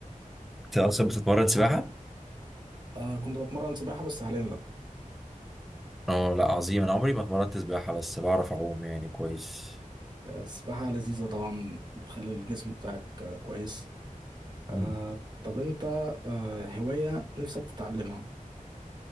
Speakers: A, in the centre; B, on the right.
A: أنت أصلا بتتمرن سباحة؟
B: آه كنت بتمرن سباحة بس حاليا لا
A: اه لا عظيم انا عمري ما اتمرنت سباحة بس بعرف اعوم يعني كويس
B: آه السباحة لذيذة طبعا بتخلي الجسم بتاعك آه كويس
A: مم.
B: آه طب انت آه هواية نفسك تتعلمها